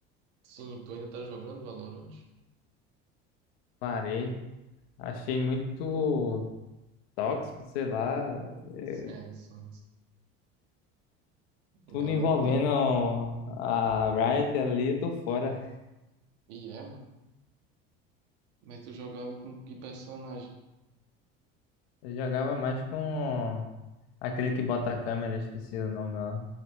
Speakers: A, on the right (about 80°); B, on the left (about 85°).
A: sim, tu ainda tá jogando Valorant?
B: parei. Achei muito tóxico, sei lá, é,
A: É, sim, a
B: tudo
A: galera
B: envolvendo
A: lá.
B: a Riot ali, eu tô fora.
A: E é, mano. Mas tu jogava com que personagem?
B: Eu jogava mais com Aquele que bota a câmera, esqueci o nome lá.